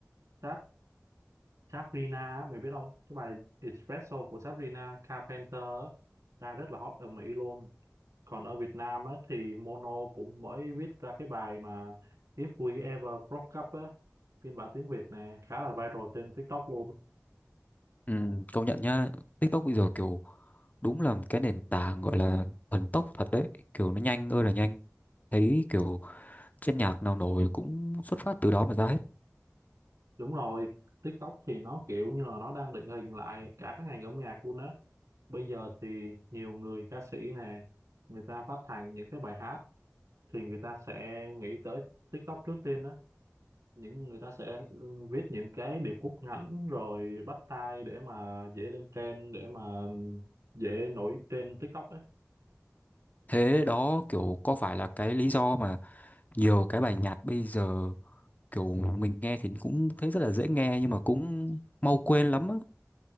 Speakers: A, on the right; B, on the left.
A: Sab Sabrina á, mày biết không cái bài Espresso của Sabrina Carpenter á, đang rất là hot ở Mỹ luôn còn ở Việt Nam á, thì Mono cũng mới viết ra cái bài mà If We Ever Broke Up á, phiên bản tiếng Việt nè khá là viral trên TikTok luôn
B: Ừ, công nhận nhá TikTok bây giờ kiểu đúng là cái nền tảng gọi là thần tốc thật đấy kiểu nó nhanh ơi là nhanh thấy kiểu trên nhạc nào nổi cũng xuất phát từ đó mà ra hết
A: Đúng rồi, TikTok thì nó kiểu như là nó đang định hình lại cả cái ngành âm nhạc luôn á. Bây giờ thì nhiều người ca sĩ nè, người ta phát hành những cái bài hát thì người ta sẽ nghĩ tới TikTok trước tiên á. Những người ta sẽ ừ, viết những cái điệp khúc ngắn rồi bắt tai để mà dễ lên trend, để mà dễ nổi trên TikTok á.
B: thế đó kiểu có phải là cái lý do mà nhiều cái bài nhạc bây giờ kiểu mình nghe thì cũng thấy rất là dễ nghe nhưng mà cũng mau quên lắm á